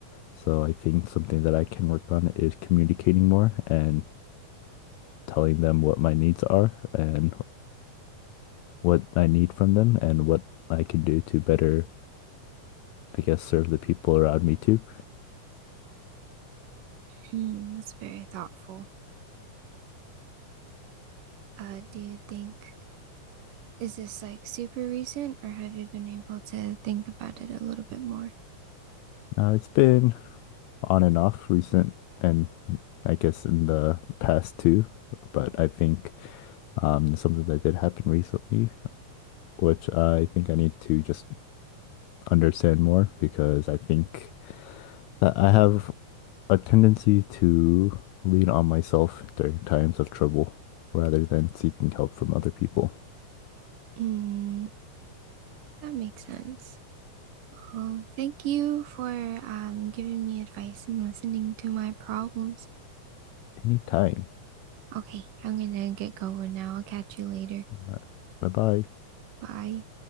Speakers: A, on the left; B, on the right.
A: So I think something that I can work on is communicating more and telling them what my needs are and what I need from them and what I can do to better, I guess, serve the people around me too.
B: Hmm, that's very thoughtful. Uh, do you think, is this like super recent or have you been able to think about it a little bit more?
A: Uh, it's been on and off recent and I guess in the past too, but I think um, something that did happen recently, which I think I need to just understand more because I think that I have a tendency to lean on myself during times of trouble rather than seeking help from other people.
B: Hmm, that makes sense. Well, thank you for um giving me advice and listening to my problems.
A: Anytime.
B: Okay, I'm gonna get going now. I'll catch you later.
A: All right. Bye bye.
B: Bye.